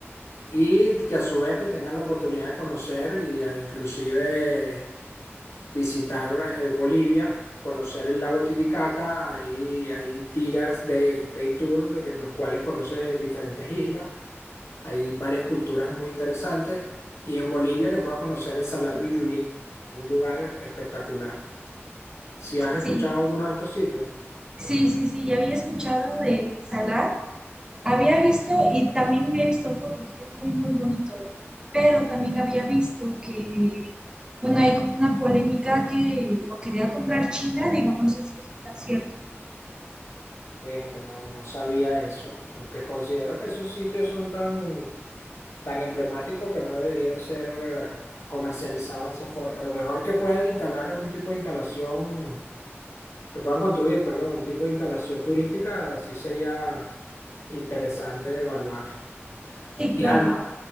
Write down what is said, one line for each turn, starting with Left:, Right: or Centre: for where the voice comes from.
Left: y que a su vez que tengas la oportunidad de conocer y a- inclusive visitar eh, Bolivia, conocer el lago Titicaca, hay, hay días de day tour de que- en los cuales conoces diferentes islas, hay varias culturas muy interesantes y en Bolivia que puedas conocer el Salar de Uyuni, un lugar espectacular. Si has escuchado
Right: Sí,
Left: alguno de estos sitios?
Right: sí, sí, sí, había escuchado de Salar, había visto y también había visto fotos, que es muy, muy bonito, ¿eh? pero también había visto que, bueno, hay como una polémica que lo quería comprar China, digo, no sé si eso está cierto.
Left: Fíjate, no, no sabía eso, aunque considero que esos sitios son tan, tan emblemáticos que no deberían ser eh, comercializados de esa forma. A lo mejor que puedan instalar algún tipo de instalación, que puedan construir, perdón, un tipo de instalación turística, sí sería interesante de evaluar.
Right: Sí,
Left: Y
Right: claro.
Left: Alma,